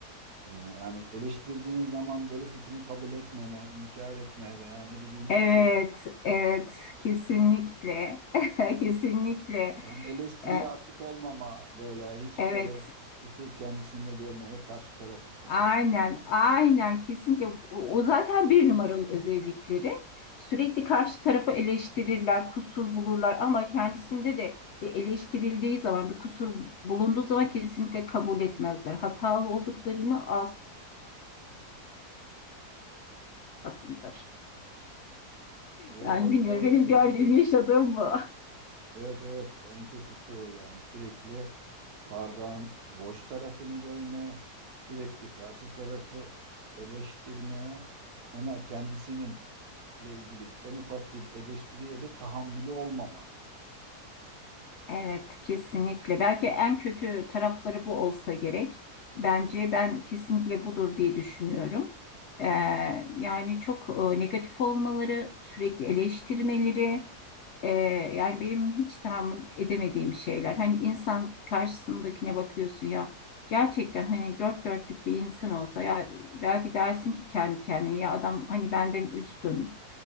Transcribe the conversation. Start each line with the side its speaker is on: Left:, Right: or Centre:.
Right: e, yani eleştirdiğin zaman böyle suçunu kabul etmeme, inkar etme veya ne bileyim
Left: Evet,
Right: şey
Left: evet, kesinlikle, <laughs> kesinlikle,
Right: yani eleştiriye
Left: E,
Right: açık olmama böyle hiç
Left: evet,
Right: böyle kusur kendisinde görmeye karşı tarafı suçlama.
Left: aynen, aynen, kesinlikle. O, o zaten bir numaralı özellikleri. Sürekli karşı tarafı eleştirirler, kusur bulurlar ama kendisinde de bir eleştirildiği zaman, bir kusur bulunduğu zaman kesinlikle kabul etmezler. Hatalı olduklarını asla. <laughs>
Right: O,
Left: Yani
Right: o,
Left: bilmiyorum,
Right: o
Left: benim
Right: en kötüsü.
Left: gördüğüm, yaşadığım bu. <laughs>
Right: Evet evet en kötüsü o yani sürekli bardağın boş tarafını görmeye, sürekli karşı tarafı eleştirmeye ama kendisinin ile ilgili en ufak bir eleştiriye de tahammülü olmama.
Left: Evet, kesinlikle. Belki en kötü tarafları bu olsa gerek. Bence ben kesinlikle budur diye düşünüyorum. Ee, yani çok e, negatif olmaları, sürekli eleştirmeleri, e, yani benim hiç tahammül edemediğim şeyler. Hani insan karşısındakine bakıyorsun ya, gerçekten hani dört dörtlük bir insan olsa ya belki dersin ki kendi kendine ya adam hani benden üstün.